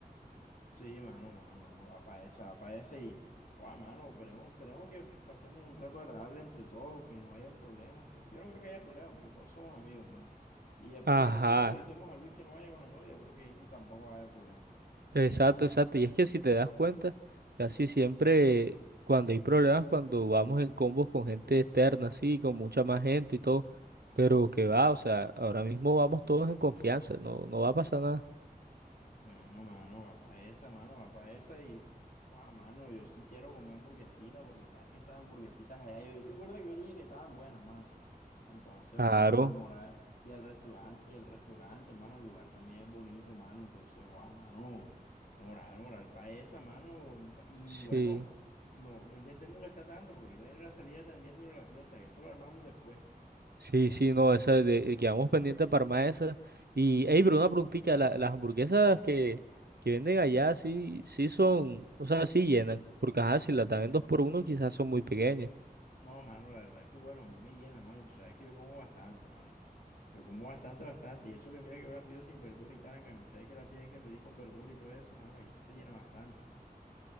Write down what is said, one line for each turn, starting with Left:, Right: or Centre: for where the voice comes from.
Left: Sí, mano, mano, mano, va para esa, va para esa y, guau, mano, esperemos, esperemos que pasemos un rato agradable entre todos, que no hayan problemas, que yo no creo que haya problemas, porque todos somos amigos, mano. Y después
Right: Ajá.
Left: de que nosotros le decimos a Luis que no vaya con la novia, yo creo que ahí tampoco va a haber problemas.
Right: Exacto, exacto. Y es que si te das cuenta, casi siempre cuando hay problemas, cuando vamos en combos con gente externa, así, con mucha más gente y todo, pero que va, o sea, ahora mismo vamos todos en confianza, no, no va a pasar nada.
Left: Bueno, mano, va para esa, mano, va para esa y, ah, mano, yo sí quiero comer hamburguesita porque sabes que esas hamburguesitas allá, yo te acuerdas que yo dije que estaban buenas, mano. Entonces,
Right: Claro,
Left: ah, mano, moral. Y el restaurante, el restaurante, mano, el lugar también es bonito, mano. Entonces, ah, mano, moral, moral para esa, mano. Y
Right: sí,
Left: bueno, no, no intentemos gastar tanto, porque ahorita viene la salida también de lo de la fiesta, que eso lo armamos después.
Right: sí, sí, no, esa de, de- quedamos pendientes para más esa. Y, hey, pero una preguntita, la- las hamburguesas que, que venden allá, sí, sí son, o sea, sí llenan, porque ajá, si las dan en dos por uno, quizás son muy pequeñas.
Left: No, mano, la verdad es que bueno, a mí me llena, mano. y Tú sabes que yo como bastante, mano. Yo como bastante, bastante. Y eso que mira que yo las pido sin verdura y tal. En cambio, ustedes que la tienen que pedir con verdura y todo eso, mano, ahí sí se llena bastante.